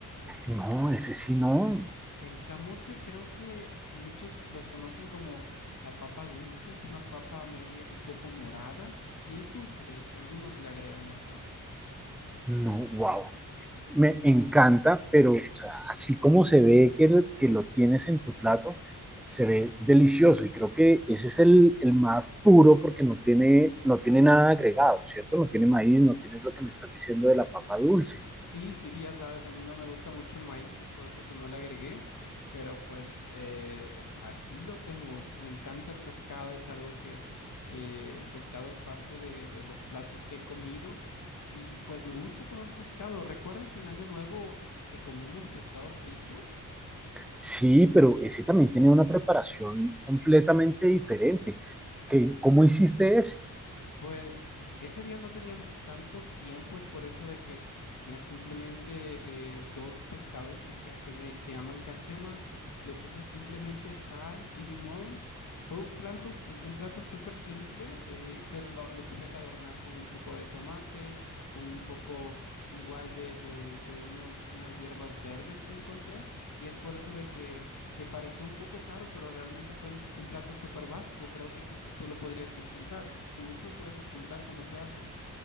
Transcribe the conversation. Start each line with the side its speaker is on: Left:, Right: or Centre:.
Centre: No, ese sí no.
Left: El camote creo que muchos los conocen como la papa dulce, es una papa media, un poco morada y es dulce, de hecho, algunos le agregan eso.
Centre: No, wow. Me encanta, pero o sea, así como se ve que, lo- que lo tienes en tu plato, se ve delicioso y creo que ese es el, el más puro porque no tiene, no tiene nada agregado, ¿cierto? No tiene maíz, no tiene lo que me estás diciendo de la papa dulce.
Left: Sí, sí, ya sabes, a mí no me gusta mucho el maíz, es por eso que no le agregué, pero pues eh, aquí lo tengo, me encanta el pescado, es algo que eh, el pescado es parte de, de los platos que he comido y pues me gusta comer pescado. ¿Recuerdas en Año Nuevo que comimos pescado frito?
Centre: Sí, pero ese también tenía una preparación completamente diferente. ¿Qué, cómo hiciste ese?
Left: Pues ese día no tenía mu- tanto tiempo, es por eso de que tenía simplemente eh, dos pescados que, ca- que se, se llaman cachemas. Le puse simplemente sal y limón. Fue un plato, un plato súper simple, eh, pero lo, lo tuve que adornar con un poco de tomate, con un poco igual de, de, de unos, unas hierbas verdes que encontré. Y es por eso de que que parecía un poco caro, pero realmente fue un, un plato súper básico. Creo que quizás tú lo podrías intentar. Si gustas, puedes apuntar cómo se hace.